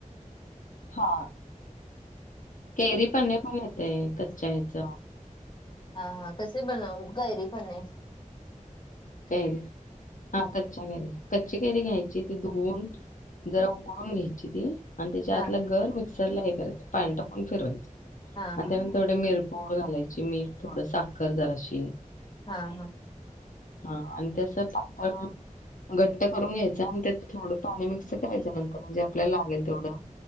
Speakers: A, on the left; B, on the left.
A: हा केरी प पण येत कच्च्या याच
B: ह हा कसे बन गैरी पणे
A: करी हा कच्च्या केैरी कच्ची केरी घ्यायची त दोन जरा उकळून घ्यायची ती.. आणि त्याच्या
B: हा
A: आतला गर म. चलाय करायचं पॅन्टा पण फिरवायचं
B: हा
A: अ
B: हा
A: म तथोडी म मिर पोड घालायची मीठ थोड साखर जराशी
B: हा हा
A: हा आणि त्यासं पातळ घट्ट करून घ्यायचं आणि ते थोडं पाणी मिक्स करायचं नंतर म्हणजे आपल्याला लागेल तेवढं